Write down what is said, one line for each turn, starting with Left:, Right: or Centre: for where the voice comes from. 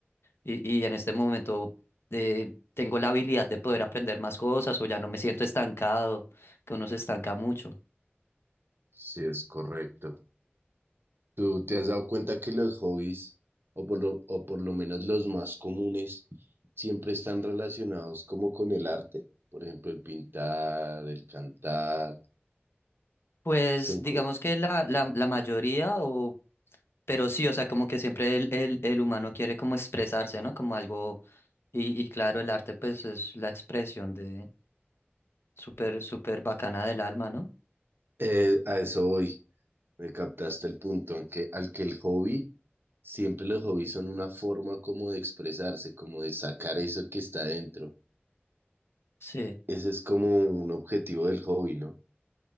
Left: y, y en este momento eh, tengo la habilidad de poder aprender más cosas o ya no me siento estancado, que uno se estanca mucho.
Right: Sí, es correcto. ¿Tú te has dado cuenta que los hobbies, o por lo, o por lo menos los más comunes, siempre están relacionados como con el arte? Por ejemplo, el pintar, el cantar.
Left: Pues
Right: Son,
Left: digamos
Right: co-
Left: que la, la, la mayoría, o, pero sí, o sea, como que siempre el, el, el humano quiere como expresarse, ¿no? Como algo, y, y claro, el arte pues es la expresión de súper, súper bacana del alma, ¿no?
Right: eh, a eso voy. Me captaste el punto en que, al que el hobby Siempre los hobbies son una forma como de expresarse, como de sacar eso que está dentro.
Left: Sí.
Right: Ese es como un objetivo del hobby, ¿no?